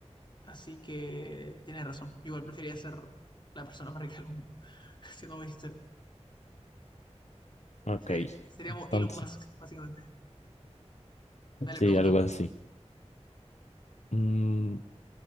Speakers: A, on the left (about 40°); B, on the left (about 80°).
A: Así que tienes razón. Igual preferiría ser la persona más rica del mundo, <laughs> siendo muy sincero.
B: Ok,
A: Sería- seríamos
B: entonces,
A: Elon Musk, básicamente. Dale,
B: sí,
A: pregunta.
B: algo así. Mm,